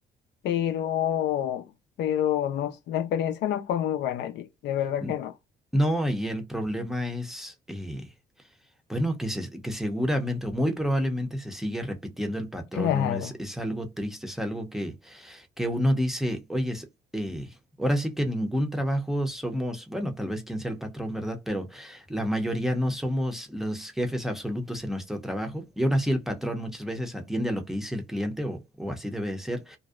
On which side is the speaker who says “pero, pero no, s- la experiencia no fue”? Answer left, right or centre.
Left